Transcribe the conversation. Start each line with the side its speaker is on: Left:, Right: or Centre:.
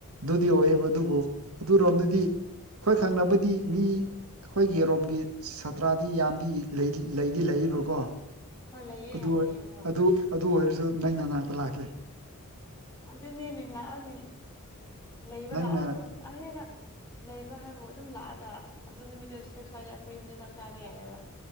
Right: ꯗꯨꯗꯤ ꯑꯣꯏꯌꯦꯕ ꯗꯨꯕꯨ ꯑꯗꯨꯔꯣꯝꯗꯗꯤ ꯈꯣꯏ ꯊꯪꯅꯕꯗꯤ ꯃꯤ ꯑꯩꯈꯣꯏ ꯔꯣꯝꯒꯤ ꯁꯥꯇ꯭ꯔꯗꯤ ꯌꯥꯝꯗꯤ ꯂꯩꯗꯤ ꯂꯩꯕꯀꯣ
Left: ꯍꯣꯏ ꯂꯩꯌꯦ
Right: ꯑꯗꯨ
Left: ꯌꯥꯝ ꯂꯩꯌꯦ ꯍꯣꯏ
Right: ꯑꯗꯨ ꯑꯗꯨ ꯑꯣꯏꯔꯁꯨ ꯅꯪ ꯅꯅꯥꯛꯇ ꯂꯥꯛꯀꯦ
Left: ꯑꯗꯨ ꯅꯦꯅꯦꯂ ꯑꯣꯅꯦ ꯂꯩꯕ
Right: ꯅꯪꯅ
Left: ꯂꯥꯛꯑꯣ ꯑꯗꯨꯝ ꯑꯍꯗꯥꯏꯗ ꯂꯩꯕ ꯍꯥꯏꯕꯕꯨ ꯑꯗꯨꯝ ꯂꯥꯛꯑꯒ ꯑꯗꯨ ꯅꯨꯃꯤꯠꯇꯨ ꯁꯤꯗ ꯁ꯭ꯋꯥꯏꯗ ꯑꯩꯈꯣꯏ ꯌꯨꯝꯗ ꯆꯥꯛ ꯆꯥꯕ ꯌꯥꯏꯑꯕ